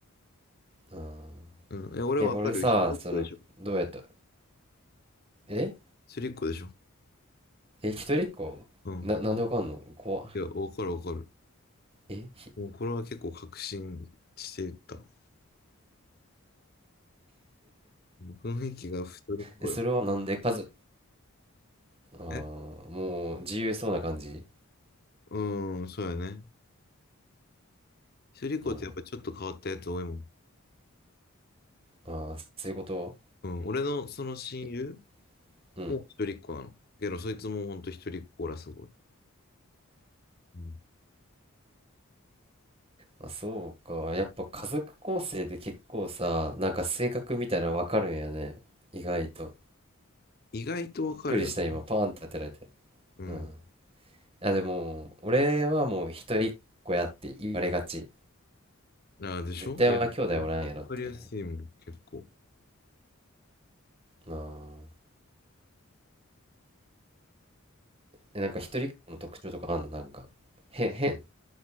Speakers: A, on the right (about 25°); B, on the left (about 45°).
A: うん。
B: うん。え、俺わかるよ一人っ子でしょ
A: え、俺さ、その、どうやったえ
B: 一人っ子でしょ
A: え、一人っ子な、
B: うん。
A: なんでわかんの怖っ
B: いや、わかるわかる。
A: え、ひ
B: もうこれは結構確信していった。うん雰囲気が一人っ子よ。
A: え、それはなんで家族ああ、
B: え
A: もう自由そうな感じ
B: うん、うんそうやね。一人っ子ってやっぱちょっと変わったやつ多いもん。
A: うん。ああ、そういうこと
B: うん、俺のその親友
A: えうん。
B: も一人っ子なの。けど、そいつもほんと一人っ子らすごい。うん、
A: あ、そうか。やっぱ家族構成で結構さ、なんか性格みたいなのわかるんやね。意外と。
B: 意外とわかるよね。
A: びっくりした、今、パーンって当てられて。
B: うん。
A: うん。いや、でも、俺はもう一人っ子やって言われがち。
B: ああ、でしょいや、
A: 絶対は兄弟おらんやろって。
B: わわかりやすいもん、結構。
A: なあ。え、なんか一人っ子の特徴とかあんのなんか。へ、変。